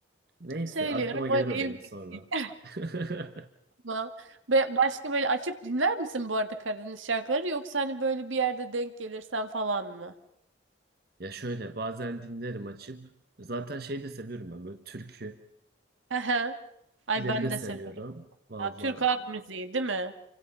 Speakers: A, on the right (about 50°); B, on the right (about 90°).
A: neyse
B: Söylüyorum.
A: aklıma gelir
B: O değil.
A: o benim sonra.
B: <laughs>
A: <laughs>
B: Tamam. Ve başka böyle açıp dinler misin bu arada Karadeniz şarkıları? Yoksa hani böyle bir yerde denk gelirsen falan mı?
A: Ya şöyle bazen dinlerim açıp. Zaten şey de seviyorum ben böyle türküleri
B: Aha Ay
A: de
B: ben de
A: seviyorum.
B: severim.
A: Valla
B: Ya, Türk halk müziği değil mi?